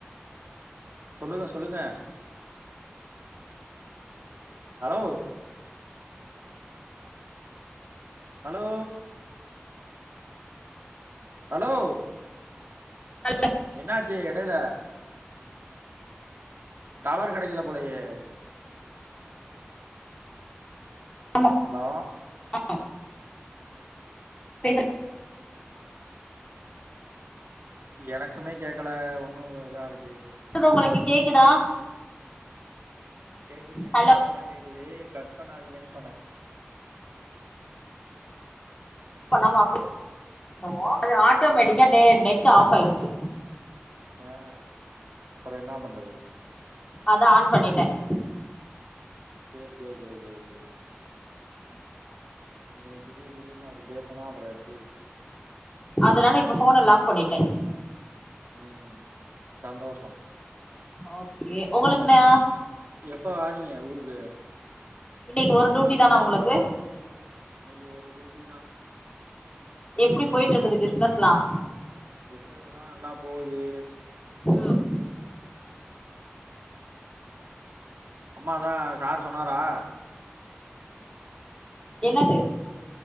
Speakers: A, on the right (about 60°); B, on the left (about 25°).
A: சொல்லுங்க சொல்லுங்க ஹலோ ஹலோ ஹலோ
B: ஹல் ல
A: என்னாச்சி எடேல டவர் கெடைக்கல போலையே
B: ஆமா
A: ஹலோ
B: ஆ பேச
A: எனக்குமே கேக்கல ஒன்னும் இதாருக்கு
B: பேசுறது ஒங்களுக்கு கேக்குதா
A: கேக்குது கேக்குது
B: ஹலோ
A: இப்பதான் கேக்குது கட் பண்ணாதீங்கன்னு சொன்னேன்
B: பண்ணாம இருக்கவும் அது ஆட்டோமேட்டிக்கா டே நெட்டு ஆஃபாயிடுச்சு
A: அ அப்புறம் என்னா பண்றது
B: அதான் ஆன் பண்ணிட்டேன்
A: சேர் சேர் சேர் சேரி நீங்க திடீ திடீர்னு அப்பிடி பேசுனா அப்புறம் எப்பிடி
B: அதனால இப்ப ஃபோன லாக் பண்ணிட்டேன்
A: ம் சந்தோஷம்
B: ஓகே உங்களுக்குனா
A: எப்ப வாறீங்க ஊருக்கு
B: இன்னக்கி ஒரு டூட்டி தானா ஒங்களுக்கு
A: இன்னைக்கி ஒரு டூட்டி தான்
B: எப்பிடி போயிட்டுருக்குது பிசினஸ்லாம்
A: பிசினஸ்லாம் நல்லா போவுது
B: ம்
A: அம்மாதான் சார் சொன்னாரா
B: என்னாது